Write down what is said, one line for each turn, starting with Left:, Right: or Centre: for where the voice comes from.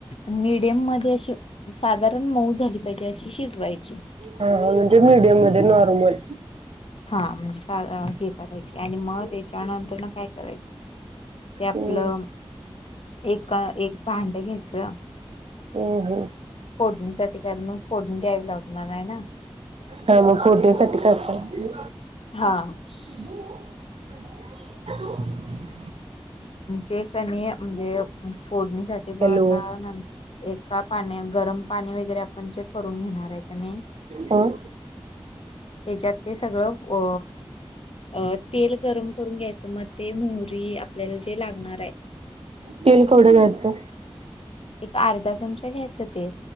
Left: मीडियम मध्ये अशी साधारण मऊ झाली पाहिजे अशी शिजवायची.
Right: अ म्हणजे मीडियम मध्ये नॉर्मल.
Left: हा म्हणजे सा हे करायची आणि म तेच्यानंतर न काय करायचं. ते आपलं
Right: हम्
Left: एक एक भांड घ्यायचं.
Right: हं हं.
Left: फोडणीसाठी कारण फोडणी द्यावी लागणार नाही ना.
Right: हा मग फोडाणीसाठी काय काय <unintelligible>
Left: हा.
Right: <unintelligible> बदलं नाहीये. का तु?
Left: ते कनी म्हणजे फोडणीसाठी ब
Right: हॅलो
Left: आता नं- एका पाण्या गरम पाणी वगैरे आपण जे करून घेणार हाय काय कणी
Right: हं.
Left: तेच्यात ते सगळं अ अ तेल गरम करून घ्यायचं मग ते मोहरी आपल्याला जे लागणार हाय.
Right: तेल केवढं घ्यायचं?
Left: एक अर्धा चमचा घ्यायचं तेल.